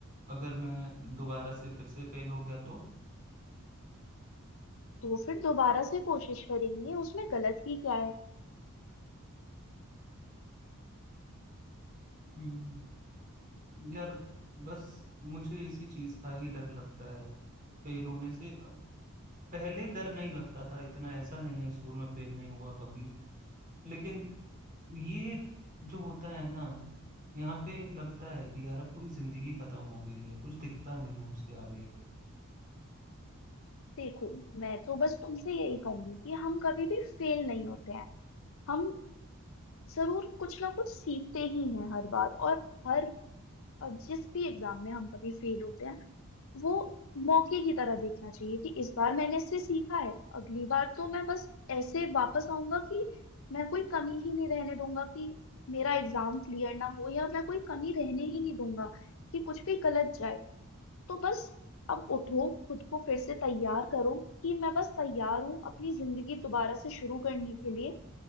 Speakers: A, on the right; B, on the left.
A: अगर मैं दोबारा से फिर से फेल हो गया तो
B: तो फिर दोबारा से कोशिश करेंगे उसमें गलत ही क्या है
A: हम्म। यार बस मुझे इसी चीज का ही डर लगता है फेल होने से अब पहले डर नहीं लगता था इतना ऐसा नहीं है स्कूल में फेल नहीं हुआ कभी लेकिन ये जो होता है ना यहाँ पे लगता है कि यार अब पूरी जिंदगी खत्म हो गई है कुछ दिखता नहीं है उसके आगे
B: देखो मैं तो बस तुमसे यही कहूंगी कि हम कभी भी फेल नहीं होते हैं हम जरूर कुछ ना कुछ सीखते ही हैं हर बार और हर और जिस भी एग्जाम में हम कभी फेल होते हैं वो मौके की तरह देखना चाहिए कि इस बार मैंने इससे सीखा है अगली बार तो मैं बस ऐसे वापस आऊंगा कि मैं कोई कमी ही नहीं रहने दूंगा कि मेरा एग्जाम क्लियर ना हो या मैं कोई कमी रहने ही नहीं दूंगा कि कुछ भी गलत जाए तो बस अब उठो खुद को फिर से तैयार करो कि मैं बस तैयार हूँ अपनी जिंदगी दोबारा से शुरू करने के लिए